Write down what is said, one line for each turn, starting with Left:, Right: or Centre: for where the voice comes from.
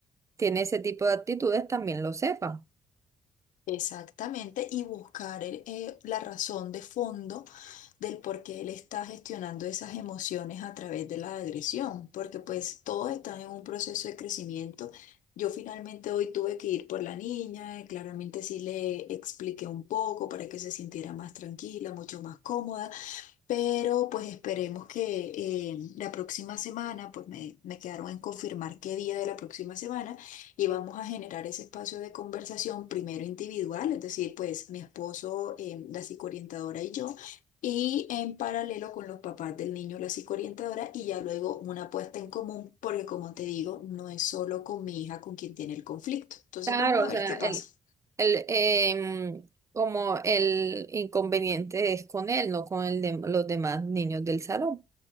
Right: tiene ese tipo de actitudes, también lo sepan.
Left: Exactamente, y buscar eh, eh, la razón de fondo del por qué él está gestionando esas emociones a través de la agresión, porque pues todos están en un proceso de crecimiento. Yo finalmente hoy tuve que ir por la niña, eh, claramente sí le expliqué un poco para que se sintiera más tranquila, mucho más cómoda. Pero pues esperemos que eh, la próxima semana, pues me, me quedaron en confirmar qué día de la próxima semana y vamos a generar ese espacio de conversación primero individual, es decir, pues mi esposo, eh, la psicoorientadora y yo, y en paralelo con los papás del niño, la psicoorientadora, y ya luego una puesta en común, porque como te digo, no es solo con mi hija con quien tiene el conflicto. Entonces
Right: Claro,
Left: vamos a
Right: o
Left: ver
Right: sea,
Left: qué pasa.
Right: el, el, em, como el inconveniente es con él, no con el de, los demás niños del salón.